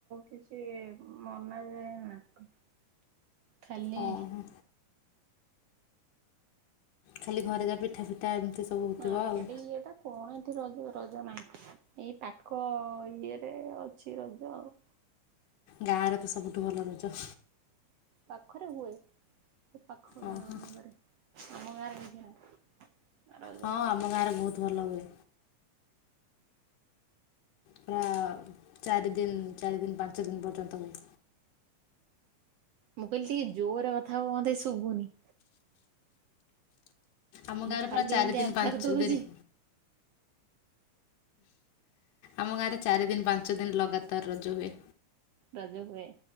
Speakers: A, on the right (about 70°); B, on the left (about 90°).
A: କିଛି ମନାଯାଏ ନାହିଁ। ଖାଲି
B: ଓହୋ ଖାଲି ଘରେ ଯାହା ପିଠା ତା ଏମିତି ସବୁ ହଉଥିବ
A: ମାର୍କେଟ
B: ଆଉ।
A: ଇଏଟା। କଣ ଏଠି ରଜ ରଜ ନାହିଁ ଏଇ ପାଖ ଇଏରେ ଅଛି ରଜ ଆଉ।
B: ଗାଁରେ ତ ସବୁଠୁ ଭଲ ରଜ।
A: ପାଖରେ ହୁଏ ପାଖ ଗାଁ
B: ଅଁ
A: ମାନଙ୍କରେ
B: ହୋ।
A: ଆମ ଗାଁରେ କିଛି ନାହିଁ। ରଜ
B: ହଁ ଆମ ଗାଁରେ ବହୁତୁ ଭଲ ହୁଏ। ପୁରା ଚାରି ଦିନ ଚାରି ଦିନ ପାଞ୍ଚ ଦିନ ପର୍ଯ୍ୟନ୍ତ ହୁଏ।
A: ମୁଁ କହିଲି ଟିକେ ଜୋରରେ କଥା ହୁଅନ୍ତେ ଶୁଭୁନି।
B: ଆମ ଗାଁରେ
A: ମୁଁ ଖାଲି
B: ପୁରା ଚାରି
A: ଏମିତି
B: ଦିନ
A: ଆନ୍ସର
B: ପାଞ୍ଚ
A: ଦଉଛି
B: ଦିନ ଆମ ଗାଁରେ ଚାରି ଦିନ ପାଞ୍ଚ ଦିନ ଲଗାତାର ରଜ ହୁଏ।
A: ରଜ ହୁଏ